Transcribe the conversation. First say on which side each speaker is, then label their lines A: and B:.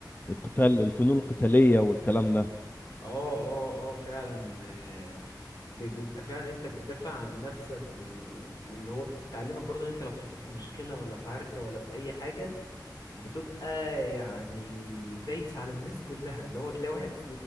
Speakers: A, on the left; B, on the left.
A: القتال الفنون القتالية والكلام ده
B: اه اه اه فعلا آه، بي- بيبقى فعلا انت بتدافع عن نفسك و... واللي هو بتتعلمك برضه ان انت لو اتحطيت في مشكلة ولا في عركة ولا في اي حاجة بتبقى يعني دايس على الناس كلها اللي هو تلاقي واحد